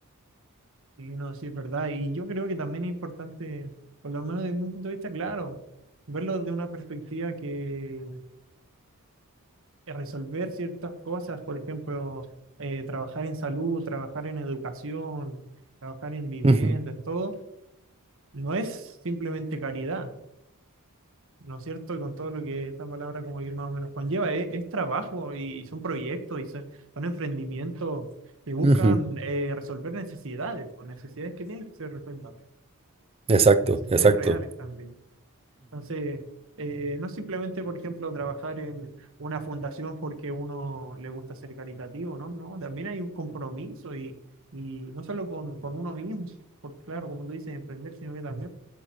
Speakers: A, on the right; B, on the right.
A: Sí, no, sí, es verdad. Y yo creo que también es importante, por lo menos desde un punto de vista claro, verlo de una perspectiva que que resolver ciertas cosas, por ejemplo, eh, trabajar en salud, trabajar en educación, trabajar en vivienda,
B: Ujú,
A: en todo, no es simplemente caridad, ¿no es cierto? Y con todo lo que esta palabra como que más o menos conlleva, es, es trabajo y, y son proyectos y son, son emprendimientos que buscan
B: ujú,
A: eh, resolver necesidades, pues, necesidades que tienen que ser resueltas
B: Exacto,
A: necesidades
B: exacto.
A: reales también. Entonces, eh, no simplemente, por ejemplo, trabajar en una fundación porque uno le gusta ser caritativo, ¿no? No, también hay un compromiso y, y no solo con, con uno mismo, porque claro, como tú dices, emprender, sino que también